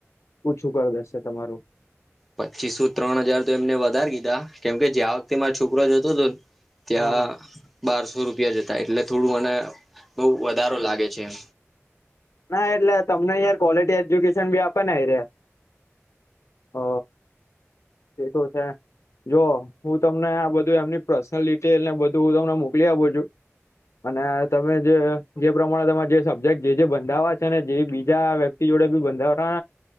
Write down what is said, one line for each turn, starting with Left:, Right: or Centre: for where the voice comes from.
Left: પૂછું કર દેશે તમારું.
Centre: પચીસો ત્રણ હજાર તો એમને વધારી દીધા કેમકે જે આ વખતે મારો છોકરો જોતો હતો ને. ત્યાં
Left: હા હા
Centre: બારસો રૂપ. જતા એટલે થોડું મને બહ વધારો લાગે છે એ.
Left: ના એટલે તમને યાર. ક્વોલિટી એજ્યુકેશન બી આપે ને એ ર્યા હ. તે તો છે. જો હું તમને આ બધું એમની પર્સનલ ડિટેલ ને બધું હું તમને મોકલી આપું છું. અને તમે જે જે પ્રમાણે તમારે જે સબ્જેક્ટ જે જે બંધાવા છે ને જે બીજા વ્યક્તિ. જોડે બી બંધ